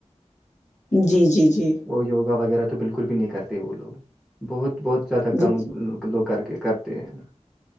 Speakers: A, on the left; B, in the centre.
A: جی جی جی
B: وہ یوگا وغیرہ تو بالکل بھی نہیں کرتے وہ لوگ بہت بہت زیادہ کم
A: جی۔
B: لوگ کر کے کرتے ہیں